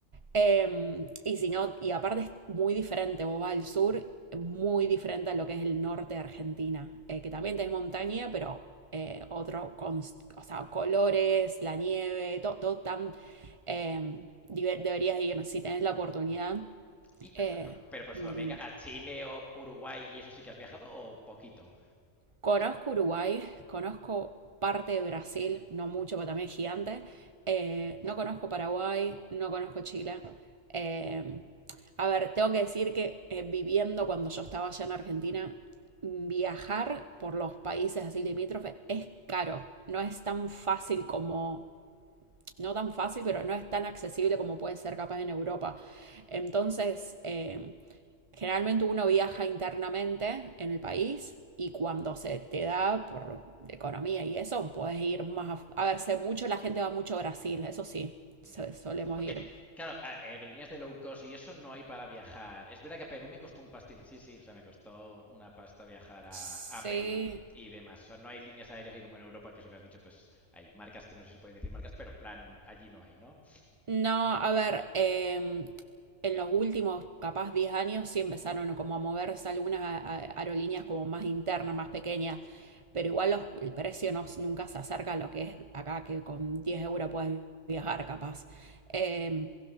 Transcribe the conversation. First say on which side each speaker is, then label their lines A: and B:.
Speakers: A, on the right (about 35°); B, in the centre.
A: Em, y si no, y aparte es muy diferente, vos vas al sur muy diferente a lo que es el norte de Argentina, eh, que también tenés montaña, pero eh, otro, con, o sea, colores, la nieve, todo, todo tan... eh, diver- deberías ir, si tenés la oportunidad,
B: Y, per-
A: eh,
B: per- pero por
A: muy
B: Sudamérica,
A: lindo.
B: a Chile o Uruguay, ¿y eso sí que has viajado o poquito?
A: Conozco Uruguay, conozco parte de Brasil, no mucho, pero también es gigante. Eh, no conozco Paraguay, no conozco Chile. Eh, a ver, tengo que decir que eh, viviendo cuando yo estaba allá en Argentina, viajar por los países así limítrofes es caro. No es tan fácil como, no tan fácil, pero no es tan accesible como puede ser capaz en Europa. Entonces, eh, Generalmente uno viaja internamente en el país y cuando se te da por economía y eso, puedes ir más... A, a ver, sé mucho, la gente va mucho a Brasil, eso sí,
B: no
A: so- solemos
B: Porque,
A: ir.
B: claro, aerolíneas de low cost y eso no hay para viajar. Es verdad que a Perú me costó un pastiz. Sí, sí, o sea, me costó una pasta viajar a,
A: Sí.
B: a Perú y demás. O sea, no hay líneas aéreas así como en Europa, que es lo que has dicho, pues hay marcas que no sé si pueden decir marcas, pero plan, allí no hay, ¿no?
A: No, a ver, em, en los últimos, capaz 10 años, sí empezaron como a moverse algunas a- a- aerolíneas como más internas, más pequeñas, pero igual los- el precio no, s- nunca se acerca a lo que es acá, que con 10 euros puedes viajar capaz. Em,